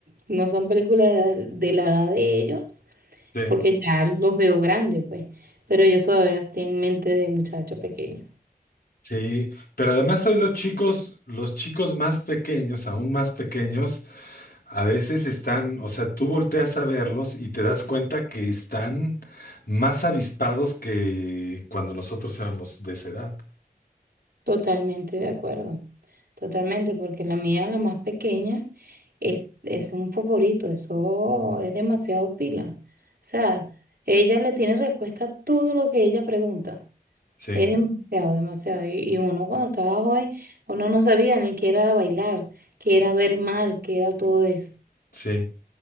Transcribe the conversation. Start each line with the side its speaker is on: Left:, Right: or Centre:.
Right: no son películas de de la edad de ellos
Left: Sí,
Right: porque ya los veo grandes, pues, pero yo todavía estoy en mente de muchacho pequeño.
Left: sí. Pero además hoy los chicos, los chicos más pequeños, aún más pequeños, a veces están, o sea, tú volteas a verlos y te das cuenta que están más avispados que cuando nosotros éramos de esa edad.
Right: Totalmente de acuerdo, totalmente, porque la mía, la más pequeña, es, es un favorito, eso es demasiado pila. O sea, ella le tiene respuesta a todo lo que ella pregunta.
Left: Sí,
Right: Es demasiado, demasiado. Y, y uno cuando estaba joven, uno no sabía ni qué era bailar, qué era ver mal, qué era todo eso.
Left: sí.